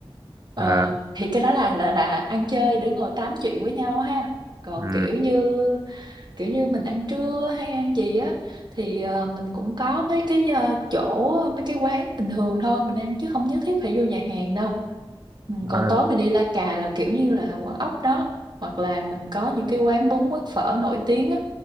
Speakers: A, on the right; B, on the right.
A: Ờ,
B: ờ
A: thì cái đó là là là ăn chơi để ngồi tám chuyện với nhau ha còn
B: ừ
A: kiểu như kiểu như mình ăn trưa hay ăn gì á thì ờ, mình cũng có mấy cái ờ, chỗ mấy cái quán bình thường thôi mình ăn chứ không nhất thiết phải vô nhà hàng đâu ừ,
B: à,
A: còn tối mình đi La Cà là kiểu như là quán ốc đó hoặc là mình có những cái quán bún quán phở nổi tiếng á